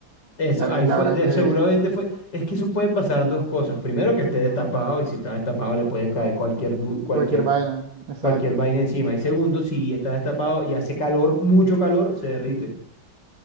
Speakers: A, on the left; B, on the right.
A: Eso,
B: tal
A: ahí
B: vez la
A: fue,
B: habrá
A: de-
B: que...
A: seguramente fue, es que eso puede pasar dos cosas. Primero, que esté
B: ujú,
A: destapado y si está destapado le puede caer cualquier, du- cualquier,
B: Cualquier vaina, exacto.
A: cualquier vaina encima. Y segundo, si está destapado y hace calor, mucho calor, se derrite.